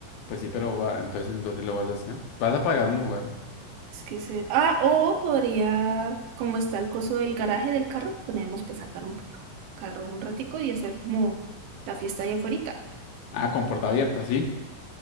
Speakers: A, on the left; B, on the right.
A: Pues sí, pero va- entonces ¿en dónde lo vas a hacer? Vas a pagar un lugar.
B: es que se. Ah, o podría, como está el coso del garaje del carro, podríamos pues, sacar un carro un ratico y hacer como la fiesta allá afuera.
A: Ah, con puerta abierta, sí.